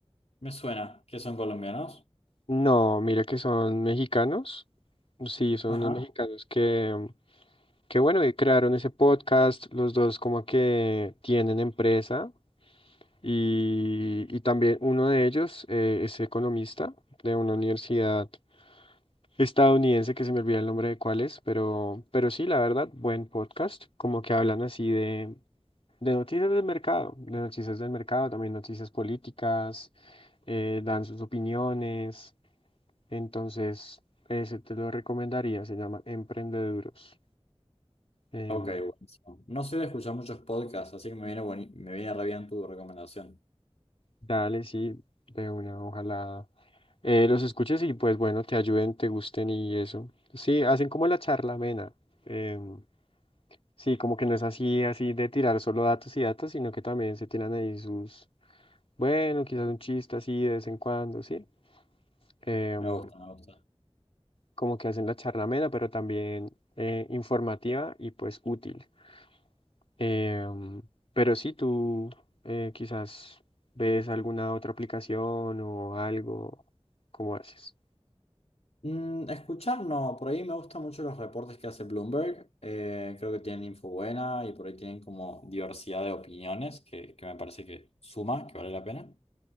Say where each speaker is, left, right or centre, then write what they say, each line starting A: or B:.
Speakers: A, on the left (about 80°); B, on the left (about 65°).
A: me suena que son colombianos.
B: No, mira que son mexicanos. Sí, son
A: Ajá.
B: unos mexicanos que, Qué bueno que crearon ese podcast, los dos como que tienen empresa y, y también uno de ellos eh, es economista de una universidad estadounidense que se me olvida el nombre de cuál es, pero, pero sí, la verdad, buen podcast, como que hablan así de, de noticias del mercado, de noticias del mercado, también noticias políticas, eh, dan sus opiniones, entonces ese te lo recomendaría, se llama Emprendeduros. em,
A: Ok, buenísimo. No soy de escuchar muchos podcasts, así que me viene, bueni- me viene re bien tu recomendación.
B: Dale, sí, de una, ojalá eh, los escuches y pues bueno, te ayuden, te gusten y eso. Sí, hacen como la charla amena. em, sí, como que no es así, así de tirar solo datos y datos, sino que también se tiran ahí sus, bueno, quizás un chiste así de vez en cuando, sí. em,
A: Me gusta, me gusta.
B: como que hacen la charla amena, pero también eh, informativa y pues útil. Em, pero sí, tú eh, quizás ves alguna otra aplicación o algo, ¿cómo haces?
A: Mm, escuchar no, por ahí me gustan mucho los reportes que hace Bloomberg. Eh, creo que tienen info buena y por ahí tienen como diversidad de opiniones que, que me parece que suma, que vale la pena.